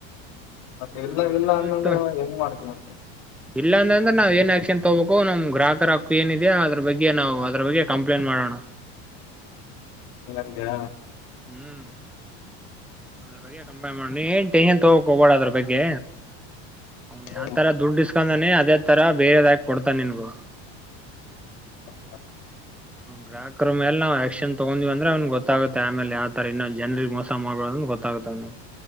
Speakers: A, on the left; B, in the centre.
A: ಮತ್ತೆ
B: ಹ್ಮ್
A: ಇಲ್ಲ ಇಲ್ಲ
B: ಅದನ್
A: ಅನ್ನಂದ್ರ
B: ಬಿಟ್ಟು
A: ಇವಾಗ ಹೆಂಗ್ ಮಾಡ್ತಿ ಮತೇ
B: ಇಲ್ಲ ಅಂದನಂದ್ರ ನಾವ ಏನ್ ಆಕ್ಷನ್ ತಗೋಬೇಕು ನಮ್ ಗ್ರಾಹಕರ ಹಕ್ಕು ಏನಿದೆ ಅದರ ಬಗ್ಗೆ ನಾವು ಅದರ ಬಗ್ಗೆ ಕಂಪ್ಲೇಂಟ್ ಮಾಡೋಣ
A: ಹಂಗಂದ್ಯ್
B: ಹ್ಮ್ ಅದರ ಬಗ್ಗೆ ಕಂಪೇಲೆಂಟ್ ಮಾಡ ನೀ ಏನ್ ಟೆನ್ಷನ್ ತಗೋಕ್ ಹೋಗಬಾಡ ಅದ್ರ ಬಗ್ಗೆ ಅವ್ನ್
A: ಹ್ಮ
B: ಯಾವ ತರ ದುಡ್ಡ ಇಸಕೂಂದಾನೆ ಅದೇ ತರ ಬೇರೆದಾಗ ಕೊಡ್ತಾನ ನಿನಗು
A: ಹೌದಾ
B: ಗ್ರಾಹಕರ್ ಮೇಲೆ ನಾವ್ ಆಕ್ಷನ್ ತಗೊಂದಿವ್ ಅಂದ್ರ ಅವ್ನಗ ಗೊತ್ತಾಗುತ್ ಆಮೇಲ್ ಯಾವತರ ಇನ್ನೂಂದ್ ಜನರಿಗೆ ಮೋಸ ಮಾಡಬಾರದ ಅಂತ್ ಗೊತ್ತಾಗುತ್ತೆ ಅವ್ನಿಗ